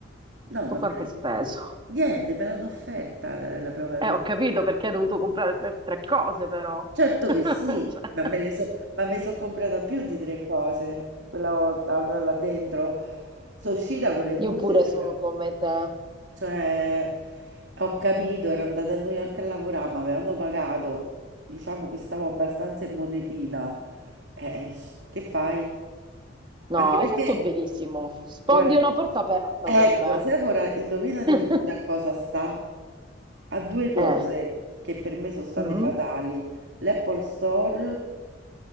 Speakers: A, on the right; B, on the right.
A: No,
B: Tu
A: ma
B: quanto
A: me la-
B: hai speso?
A: niente, me l'hanno offerta la, la prova
B: Eh,
A: trucco.
B: ho capito perché hai dovuto comprare tre, tre cose, però.
A: Certo
B: <laughs> Cioè,
A: che sì, ma me le so, ma mi sono comprata più di tre cose quella volta, cioè là dentro. Sono uscita con le buste,
B: Io pure
A: sembra.
B: sono come te.
A: Cioè, ho capito, ero andata a New York a lavorare, mi avevano pagato, diciamo che stavo abbastanza in monetina. Eh, eh, s- che fai?
B: No,
A: Anche
B: hai
A: perché,
B: fatto benissimo. Spondi
A: guarda,
B: una porta aperta
A: ecco,
B: con me.
A: Sephora, indovina di
B: <laughs>
A: fronte a cosa sta? A due cose
B: Eh.
A: che per me sono state
B: mm,
A: fatali, l'Apple Store